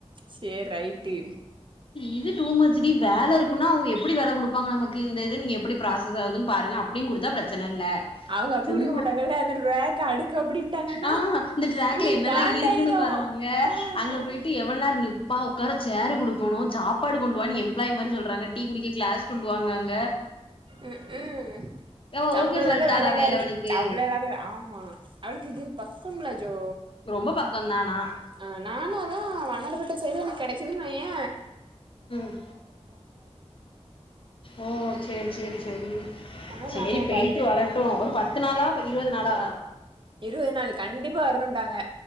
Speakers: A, on the right (about 45°); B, on the left (about 50°).
A: சேர் ரைட்டு
B: இது டூ மச் டி வேல இருக்குன்னா அவங்க எப்டி வேல கொடுப்பாங்க நமக்கு இந்த இத நீங்க எப்படி ப்ராசஸ் ஆகுதுனு பாருங்க அப் ப்டின்னு கொடுத்தா பிரச்சன இல்ல
A: அவங்க அப்டி
B: சும்மா
A: குடுக்க மாட்டாங்கல்ல அந்த ரேக் அடுக்கு அப்டின்ட்டாங்கன்னா
B: ஆ இந்த டிராக்ல
A: இவளுக்கு
B: என்னலா
A: காண்டாயிரு
B: இருக்குன்னு பாரும்மா ல்ல
A: ஆ
B: அங்க போய்ட்டு எவ் எவ்ளோ நேரோ நிப்பா உக்கார சேரு குடுக்கணு சாப்பாடு கொண்டு வானு எம்ப்ளாய் மாரி சொல்றாங்க டீ குடிக்க கிளாஸ் சொல்லுவாங்க அங்க
A: உம் உம்
B: அவ
A: சம்பளோ
B: ஓகே
A: இல்லாத
B: சொல்ட்டாளா
A: வேலக்காரி
B: வேலவனுக்கு
A: சம்பளோ இல்லாத ஆமா அவளுக்கு இது பக்கம்ள ஜோ
B: ரொம்ப பக்கதா ஆனா
A: ஆ நானு அதா வண்ணாரபேட்ட சைடே எனக்கு கிடச்சுருனு வய்யே
B: உம் ஓ சேரி சேரி சேரி
A: அதா
B: சேரி
A: நானு அத
B: போய்ட்டு
A: பாக்கே
B: வரட்டு ஒரு பத்து நாளா இருவது நாளா
A: இருவது நாலு கண்டிப்பா வரணுன்ட்டாங்க